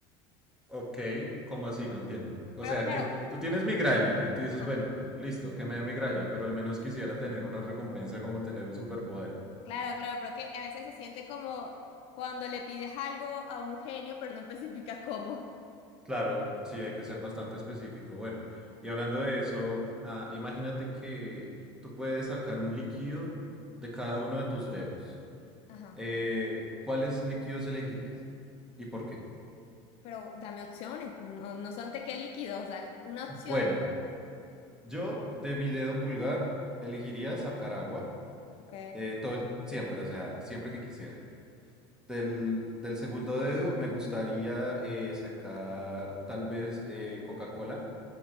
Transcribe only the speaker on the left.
Pero
claro,
ajá,
claro, claro, pero que a veces se siente como cuando le pides algo a un genio, pero no especificas cómo.
Ajá,
pero dame opciones, no, no son tequé líquido, o sea, una opción.
Ok,